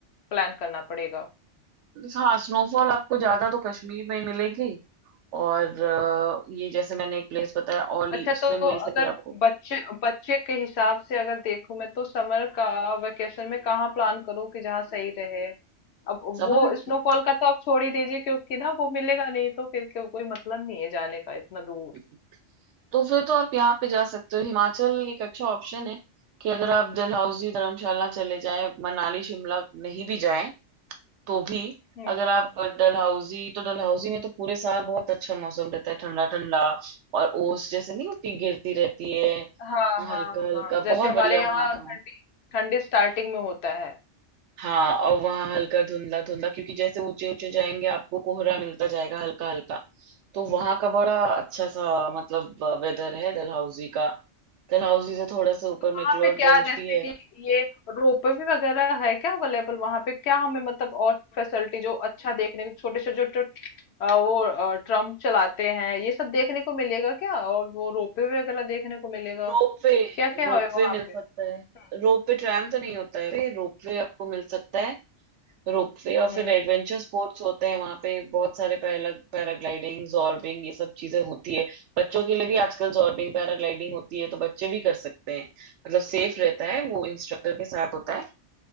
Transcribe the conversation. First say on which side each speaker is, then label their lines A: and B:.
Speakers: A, on the left; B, on the right.
A: प्लान करना पड़ेगा
B: हाँ स्नोफॉल आपको ज्यादा तो कश्मीर में ही मिलेगी और अ, ये जैसे मैंने एक प्लेस बताया ओली
A: अच्छा
B: उसमें
A: तो
B: मिल
A: अगर
B: सके आपको
A: बच्चे बच्चे के हिसाब से अगर देखूं मैं तो समर का वेकेशन में कहाँ प्लान करूं कि जहाँ सही रहे अब
B: समझ
A: वो
B: रहे
A: स्नोफॉल का तो आप छोड़ ही दीजिए क्योंकि ना वो मिलेगा नहीं तो फिर क्यों- कोई मतलब नहीं है जाने का इतना दूर
B: हो? तो फिर तो आप यहाँ पे जा सकते हो हिमाचल एक अच्छा ऑप्शन है कि अगर आप डलहौजी धर्मशाला चले जाएं मनाली शिमला नहीं भी जाएं तो भी
A: हम्म
B: अगर आप डलहौजी तो डलहौजी में तो पूरे साल बहुत अच्छा मौसम रहता है ठंडा ठंडा और ओस जैसे नहीं होती गिरती रहती है
A: हाँ हाँ
B: हल्का हल्का
A: हाँ जैसे
B: बहुत
A: हमारे
B: बढ़िया
A: यहाँ
B: वहाँ का
A: ठंडी ठंडी स्टार्टिंग में होता है
B: हाँ और वहाँ हल्का धुंधला धुंधला क्योंकि जैसे ऊंचे ऊंचे जाएंगे आपको कोहरा मिलता जाएगा हल्का हल्का तो वहाँ का बड़ा अच्छा
A: अच्छा
B: सा मतलब वेदर है डलहौजी का डलहौजी से थोड़ा सा ऊपर
A: वहां
B: में क्लोडगंज
A: पे क्या जैसे
B: भी है
A: कि ये रोपवे वगैरह है क्या अवेलेबल वहां पे क्या हमें मतलब और फैसिलिटी जो अच्छा देखने को छोटे से जो जो अ, वो ट्रम्प चलाते हैं ये सब देखने को मिलेगा क्या और वो रोपवे वगैरह देखने को मिलेगा
B: रोपवे
A: क्या क्या
B: रोपवे
A: है वहां
B: मिल सकता
A: पे
B: है
A: हम्म
B: रोपवे ट्रैम तो नहीं होता है रोपवे आपको मिल सकता है रोपवे और
A: हम्म,
B: फिर एडवेंचर स्पोर्ट्स होते हैं वहां पे बहुत सारे पैरा पैराग्लाइडिंग जॉर्बिंग ये सब चीजें होती है बच्चों के लिए भी आजकल जॉर्बिंग पैराग्लाइडिंग होती है तो बच्चे भी कर सकते हैं मतलब सेफ रहता है वो इंस्ट्रक्टर के साथ होता है